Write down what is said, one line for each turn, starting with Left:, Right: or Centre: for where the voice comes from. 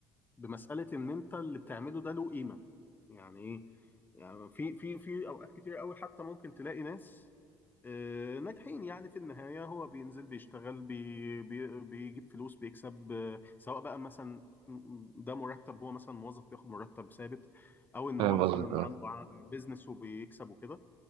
Left: بمساله ان انت اللي بتعمله ده له قيمه يعني ايه يعني في في في اوقات كتير قوي حتى ممكن تلاقي ناس آه، ناجحين يعني في النهايه هو بينزل بيشتغل بي بي بيجيب فلوس بيكسب آه، سواء بقى مثلا ده مرتب هو مثلا موظف بياخد مرتب ثابت او ان
Right: فاهم
Left: هو مثلا
Right: قصدك أه
Left: عنده ع- بيزنس وبيكسب وكده